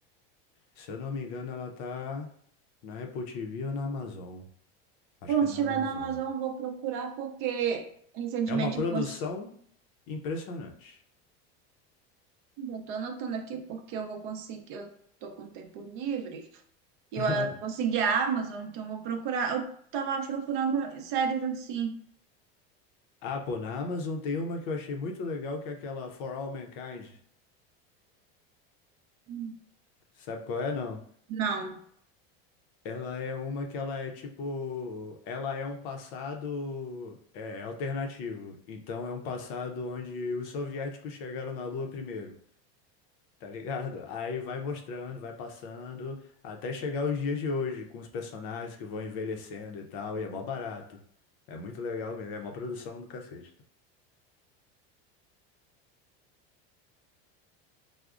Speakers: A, on the left; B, on the right.
A: se eu não me engano, ela tá na Apple TV ou na Amazon. Acho
B: Bom,
A: que é
B: se
A: na
B: tiver
A: Amazon.
B: na Amazon, eu vou procurar porque recentemente
A: É uma produção
B: eu cons...
A: impressionante.
B: já tô anotando aqui porque eu vou conseguir, eu tô com tempo livre e
A: <laughs>
B: eu eh, consegui a Amazon, então eu vou procurar. Eu tava procurando séries assim.
A: Ah, pô, na Amazon tem uma que eu achei muito legal, que é aquela For All Mankind.
B: Hum.
A: Sabe qual é, não?
B: Não.
A: Ela é uma que ela é tipo, ela é um passado é, alternativo. Então é um passado onde os soviéticos chegaram na Lua primeiro, tá ligado? Aí vai mostrando, vai passando, até chegar os dias de hoje, com os personagens que vão envelhecendo e tal, e é mó barato. É muito legal mesmo, é mó produção do cacete.